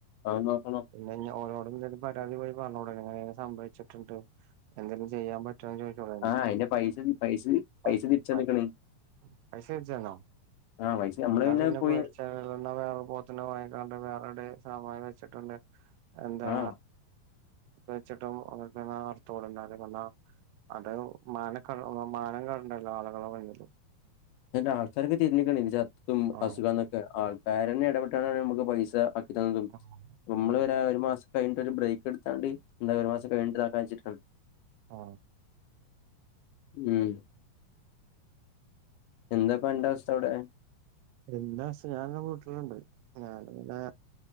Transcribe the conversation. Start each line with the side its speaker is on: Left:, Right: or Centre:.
Left: അഹ് നോക്കണം
Right: പിന്നെഞ്ഞി ഓനോട്ന്ത പരാതി പോയി പർഞ്ഞുടെയ്നി ഇങ്ങനെങ്ങനെ സംഭവിച്ട്ട്ണ്ട് എന്തെലും ചെയ്യാൻപറ്റോന്ന് ചോയ്
Left: ആ അതിന്റെ പൈസ പൈസ
Right: <unintelligible>
Left: പൈസ തിരിച്ചന്ന്ക്കണ്
Right: പൈസ അയച്ചുതന്നോ
Left: ആ പൈസ നമ്മള്
Right: ന്നാ പിന്നെ
Left: പോയി
Right: പേട്ച്ചള്ള വേറെ പോത്തിനെ വാങ്ങിങ്ങാണ്ട് വേറെവ്ടെ സവായ വെച്ട്ട്ണ്ട് എന്താ
Left: ആ
Right: വെച്ച്ട്ടും <unintelligible> അർത്ഥോട്ണ്ട വന്നാ അടവ് <unintelligible> മാനം കെട്ണ്ടല്ലോ ആള്കളെ മുന്നില്
Left: അയിന്റെ ആൾക്കാര് തിര്ഞ്ഞ ക്ണ് ഇത് ചത്തും
Right: ആഹ്
Left: അസുഗാന്നൊക്കെ ആൾക്കാരെന്നെ ഇടപെട്ട്ങ്ങാണ്ടാണ് നമക് പൈസഅക് ഇതെന്തും
Right: ആഹ്
Left: മ്മള് വരാ ഒരു മാസം കയ്ഞ്ട്ട് ഒരു ബ്രേക്ക് ഇട്ത്താണ്ട് ന്താ ഒരു മാസം കഴിഞ്ഞ്ട്ട് ദക്കാ വെച്ചിട്ടണ്
Right: ആ.
Left: ഉം. എന്താ പ ന്റാവസ്ഥ അവടെ
Right: എന്താ അസ്ഹാർനെ കൂട്ട്ണ്ണ്ട് ഞാനങ്ങനെ